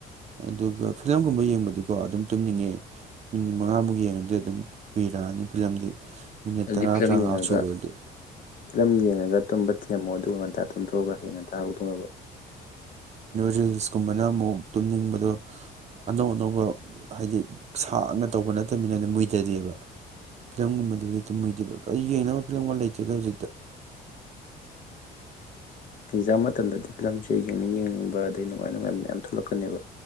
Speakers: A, on the right; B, on the left.
A: ꯑꯗꯨꯒ ꯐꯤꯂꯝꯒꯨꯝꯕ ꯌꯦꯡꯕꯗꯤꯀꯣ ꯑꯗꯨꯝ ꯇꯨꯝꯅꯤꯡꯉꯦ ꯃꯤꯅꯤꯠ ꯃꯉꯥꯃꯨꯛ ꯌꯦꯡꯉꯗꯤ ꯑꯗꯨꯝ ꯀꯨꯏꯔꯛꯑꯅꯤ ꯐꯤꯂꯝꯗꯤ ꯃꯤꯅꯤꯠ
B: ꯑꯗꯨꯗꯤ
A: ꯇꯔꯥ
B: ꯐꯤꯂꯝ
A: ꯇꯔꯥꯃꯉꯥ
B: ꯌꯦꯡꯉꯒ
A: ꯁꯨꯕꯗꯗꯤ
B: ꯐꯤꯂꯝ ꯌꯦꯡꯉꯒ ꯇꯨꯝꯕ ꯊꯦꯝꯃꯣ ꯑꯗꯨꯒ ꯉꯟꯇꯥ ꯇꯨꯝꯊꯣꯛꯑꯒ ꯍꯌꯦꯡ ꯉꯟꯇꯥ ꯍꯧꯗꯣꯛꯅꯕ
A: ꯔꯤꯜꯁꯀꯨꯝꯕꯅ ꯑꯃꯨꯛ ꯇꯨꯝꯅꯤꯡꯕꯗꯣ ꯑꯅꯧ ꯑꯅꯧꯕ ꯍꯥꯏꯗꯤ ꯁꯥꯡꯅ ꯇꯧꯕ ꯅꯠꯇꯅꯤꯅ ꯑꯗꯨꯝ ꯃꯨꯏꯗꯗꯦꯕ ꯐꯤꯂꯝꯒꯨꯝꯕꯗꯨꯗꯤ ꯇꯨꯝꯃꯨꯏꯗꯦꯕ ꯀꯔꯤ ꯌꯦꯡꯅꯕ ꯐꯤꯂꯝꯒ ꯂꯩꯇꯦꯗ ꯍꯧꯖꯤꯛꯇ
B: ꯑꯦꯛꯖꯥꯝ ꯃꯇꯝꯗꯗꯤ ꯐꯤꯂꯝꯁꯦ ꯌꯦꯡꯅꯤꯡ ꯌꯦꯡꯅꯤꯡꯕ ꯑꯗꯩ ꯅꯨꯡꯉꯥꯏ ꯅꯨꯡꯉꯥꯏꯕ ꯃꯌꯥꯝ ꯊꯣꯛꯂꯛꯀꯅꯦꯕ